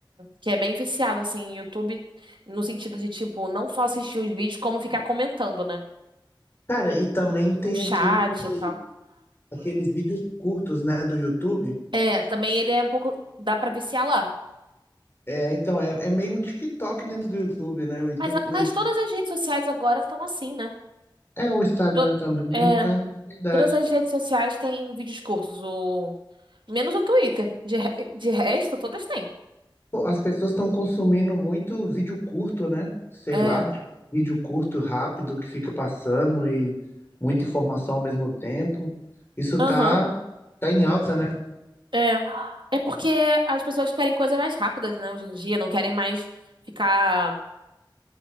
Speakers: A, on the right (about 70°); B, on the left (about 30°).
A: que é bem viciado, assim, em YouTube, no sentido de, tipo, não só assistir os vídeos, como ficar comentando, né?
B: Cara, e também tem
A: Um chat
B: aquele,
A: e tal.
B: aqueles vídeos curtos, né, do YouTube.
A: É, também ele é um pouco, dá pra viciar lá.
B: É, então, é, é meio um TikTok dentro do YouTube, né? O YouTube,
A: Mas, a-
B: o,
A: mas
B: Yu-
A: todas as redes sociais agora estão assim, né?
B: é o Instagram
A: To-
B: também,
A: é,
B: cara, é verdade.
A: todas as redes sociais têm vídeos curtos, o, menos o Twitter. De, re- de resto, todas têm.
B: Pô, As pessoas estão consumindo muito vídeo curto, né? Sei
A: É,
B: lá, vídeo curto, rápido, que fica passando e muita informação ao mesmo tempo. Isso
A: aham.
B: tá, tá em alta, né?
A: É. É porque as pessoas querem coisas mais rápidas, né, hoje em dia, não querem mais ficar,